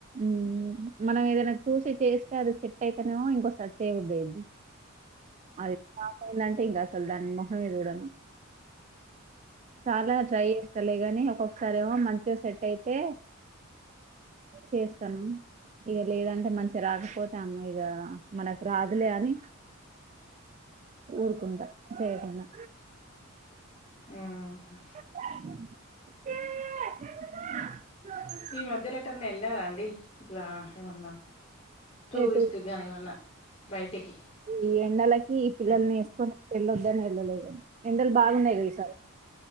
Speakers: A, on the right (about 35°); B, on the left (about 30°).
A: ఉహ్మ్ మనం ఏదైనా చూసి చేస్తారు అది సెట్ అయితేనేమో ఇంకోసారి చేయబుద్ధి అయిది. అద్ పాపైల్ అంటే ఇంగా అసలు దాని ముొఖమే జూడను చాలా ట్రై ఏస్తలే గాని ఒక్కొక్కసారి ఏమో మంచిగా సెట్ అయితే చేస్తను. ఇగా లేదంటే మంచిగా రాకపోతే అమ్మ ఇగా మనకు రాదులే అని ఊరుకుంటా చేయకుండా
B: ఓహ
A: అ
B: ఈ మధ్య ఏటన్నా ఏళ్ళారాండి ఇట్లా ఏమన్నా స్టూర్
A: ఎటు
B: ఇస్టు. గానెమన్నా బయటికి
A: ఈ ఎండలకి ఈ పిల్లల్ని ఏసుకొని ఏళ్ళొద్దనే ఏళ్ళలేదన్. ఎండలు బాగున్నాయి గా ఈసార్